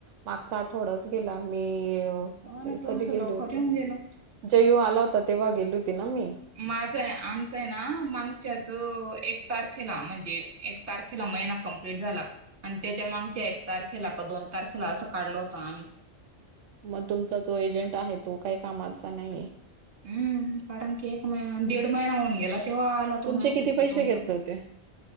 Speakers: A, on the right; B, on the right.
A: मागचा थोडाच केल आम्ही.
B: हो ना तुमचं
A: कधी गेले
B: लवकर
A: होते
B: येऊन गेलं
A: जयु आला होता तेव्हा गेली होती. ना मी
B: माझं आहे आमचं आहे ना मागच्याच एक तारखेला म्हणजे एक तारखेला महिना कंप्लीट झाला आणि त्याच्या मागच्या एक तारखेला का दोन तारखेला असं काढल होत आम्ही.
A: मग तुमचा जो एजंट आहे तो काही कामाचा नाहीये
B: हम्म कारण की एक महिना दीड महिना होऊन गेला तेव्हा आला तो
A: तुमचे
B: मेसेज
A: किती पैसे
B: कि तुमच
A: घेतले होते